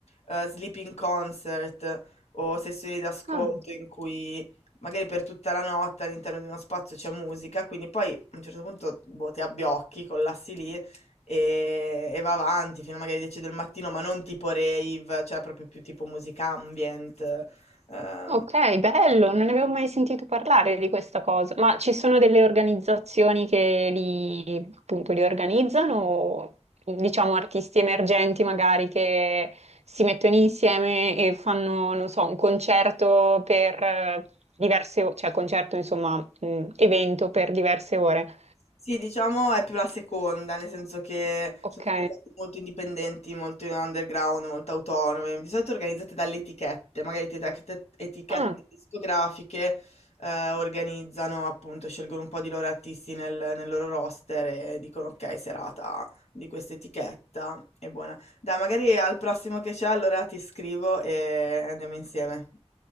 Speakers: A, on the left; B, on the right.
A: eh, sleeping concert o sessioni d'ascolto
B: Ah,
A: in cui magari per tutta la notte all'interno di uno spazio c'è musica, quindi poi a un certo punto boh, ti abbiocchi, collassi lì e, e va avanti fino a magari 10 del mattino, ma non tipo rave, cioè proprio più tipo musica ambient. ehm,
B: Ok, bello, non ne avevo mai sentito parlare di questa cosa, ma ci sono delle organizzazioni che li, appunto, li organizzano, diciamo artisti emergenti magari che si mettono insieme e fanno, non so, un concerto per eh, diverse ore, cioè concerto, insomma, mh, evento per diverse ore.
A: Sì, diciamo è più la seconda, nel senso che
B: Ok,
A: sono tutte cose molto indipendenti, molto underground, molto autonome, di solito organizzate dalle etichette, magari ti- etichette, etichette
B: ah,
A: discografiche eh, organizzano, appunto, scelgono un po' di loro artisti nel, nel loro roster e dicono ok, serata di questa etichetta, è buona. Dai, magari al prossimo che c'è, allora ti scrivo e andiamo insieme.